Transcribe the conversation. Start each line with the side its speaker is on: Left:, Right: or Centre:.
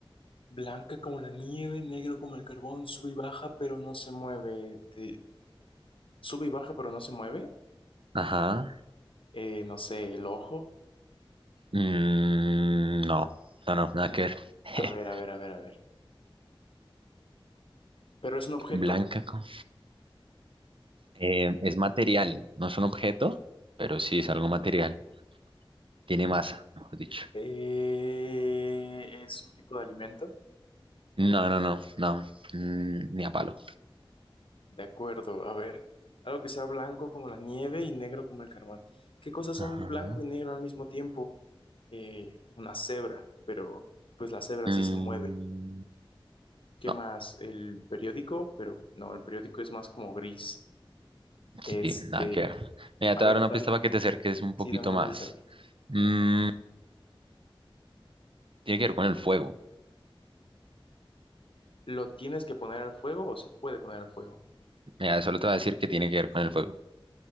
Left: Blanca como la nieve, negro como el carbón, sube y baja, pero no se mueve. Te- Sube y baja, pero no se mueve.
Right: Ajá.
Left: Eh, no sé, el ojo.
Right: Mm, no, no, no, nada que ver. <laughs>
Left: A ver, a ver, a ver, a ver. Pero es un objeto.
Right: Blanca con- eh, es material, no es un objeto, pero sí es algo material. Tiene masa, mejor dicho.
Left: Eh, es un tipo de alimento.
Right: No, no, no, no. Mm, ni a palo.
Left: De acuerdo, a ver. Algo que sea blanco como la nieve y negro como el carbón. ¿Qué cosas
Right: Ajá.
Left: son blanco y negro al mismo tiempo? Eh, una cebra, pero pues la cebra
Right: Mm,
Left: sí se mueve. ¿Qué
Right: no,
Left: más? El periódico, pero no, el periódico es más como gris.
Right: sí,
Left: Este,
Right: nada que ver. Mira,
Left: a
Right: te
Left: ver,
Right: voy a dar una
Left: dame,
Right: pista para que te acerques un poquito
Left: sí, dame una
Right: más.
Left: pista, a ver.
Right: Mm, tiene que ver con el fuego.
Left: ¿Lo tienes que poner al fuego o se puede poner al fuego?
Right: Mira, solo te voy a decir que tiene que ver con el fuego.